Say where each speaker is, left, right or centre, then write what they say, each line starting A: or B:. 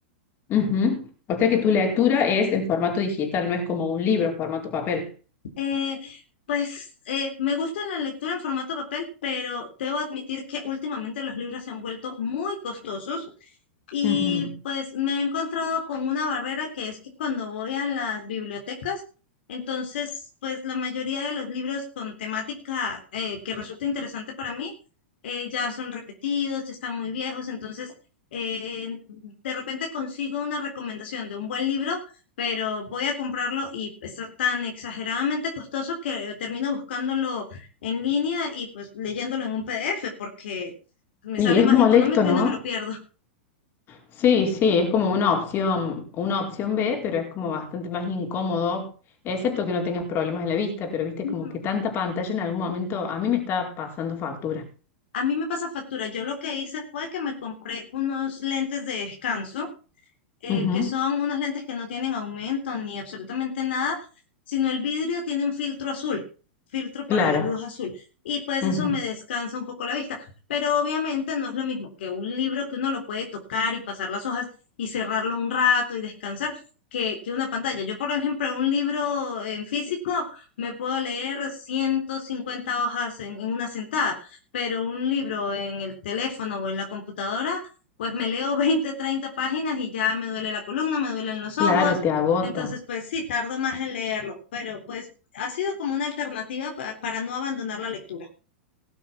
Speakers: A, on the left (about 40°); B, on the left (about 70°).
A: Ujú. O sea que tu lectura es en formato digital, no es como un libro, formato papel.
B: Eh, pues eh, me gusta la lectura en formato papel, pero debo admitir que últimamente los libros se han vuelto muy costosos Y
A: Ujú.
B: pues me he encontrado con una barrera que es que cuando voy a las bibliotecas, entonces pues la mayoría de los libros con temática eh, que resulta interesante para mí eh, ya son repetidos, ya están muy viejos, entonces eh, de repente consigo una recomendación de un buen libro, pero voy a comprarlo y está tan exageradamente costoso que termino buscándolo en línea y pues leyéndolo en un PDF porque me
A: Y
B: sale
A: es
B: más
A: molesto,
B: económico
A: ¿no?
B: y no me lo pierdo.
A: Sí, sí, es como una opción, una opción B, pero es como bastante más incómodo, excepto que no tengas problemas en la vista, pero viste
B: Mm,
A: como que tanta pantalla en algún momento a mí me está pasando factura.
B: A mí me pasa factura. Yo lo que hice fue que me compré unos lentes de descanso. eh,
A: Ujú.
B: que son unas lentes que no tienen aumento ni absolutamente nada, sino el vidrio tiene un filtro azul, filtro
A: Claro,
B: para la luz azul. Y pues
A: ujú,
B: eso me descansa un poco la vista. Pero obviamente no es lo mismo que un libro que uno lo puede tocar y pasar las hojas y cerrarlo un rato y descansar. Que, que una pantalla. Yo, por ejemplo, un libro en físico me puedo leer 150 hojas en en una sentada, pero un libro en el teléfono o en la computadora pues me leo 20, 30 páginas y ya me duele la columna, me duelen los
A: Claro,
B: ojos.
A: te agota.
B: Entonces, pues sí, tardo más en leerlo, pero pues ha sido como una alternativa pa- para, no abandonar la lectura.